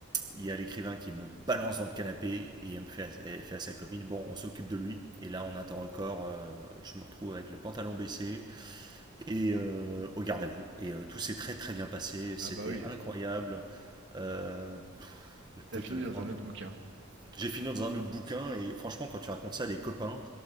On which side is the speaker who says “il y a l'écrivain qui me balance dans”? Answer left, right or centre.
Right